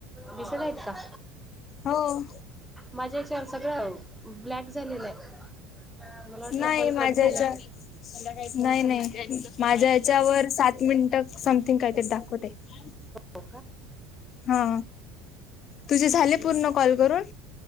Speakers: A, in the centre; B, on the left.
A: दिसत आहेत का
B: हो.
A: माझ्या हच्यावर सगळं ब्लॅक झालेलं आहे. मला वाटलं
B: नाही
A: कॉल
B: माझ्या
A: कट झाला
B: याच्यावर.
A: का
B: नाही नाही माझ्या हच्यावर सात मिनट समथिंग कायतरी दाखवत आहे
A: हो
B: हा तुझे झाले
A: का
B: पूर्ण कॉल करून?